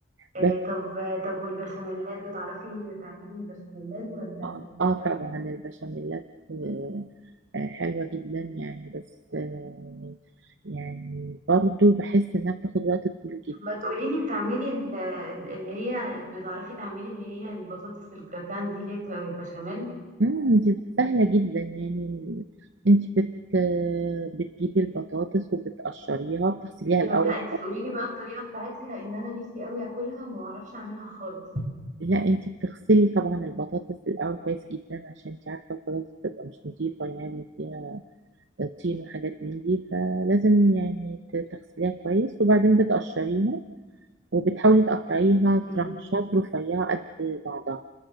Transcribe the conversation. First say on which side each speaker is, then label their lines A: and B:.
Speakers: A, on the right; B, on the right.
A: إيه
B: بس
A: طب طب والبشاميلات بتعرفي تعملي بشاميلات ولا
B: اه
A: مش
B: آه
A: قوي
B: طبعا البشاميلات آه، آه، حلوة جدا يعني بس آه، يعني برضو بحس انها بتاخد وقت طويل
A: طب
B: جدا
A: ما تقولي لي بتعملي ال- اللي هي بتعرفي تعملي اللي هي البطاطس الجراتان دي اللي هي بتبقى بالبشاميل
B: مم، دي سهلة جدا يعني انت بت آه، بتجيبي البطاطس وبتقشريها بتغسليها الاول
A: طب لا انت تقولي لي بقى الطريقه بتاعتها لان انا نفسي قوي اكلها وما بعرفش اعملها خالص
B: لا انت بتغسلي طبعا البطاطس الاول كويس جدا عشان انت عارفة البطاطس بتبقى مش نظيفة يعني فيها طين وحاجات من دي فلازم يعني ت- تغسليها كويس وبعدين بتقشريها وبتحاولي تقطعيها
A: امم
B: ترانشات رفيعة قد بعضها